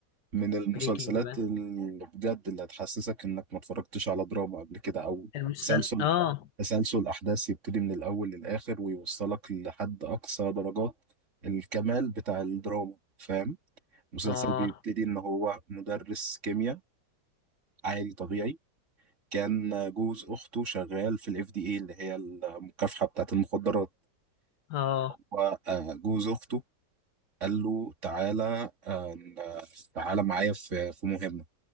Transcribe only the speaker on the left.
بريكنج بقى
المسلسل
اه
اه
اه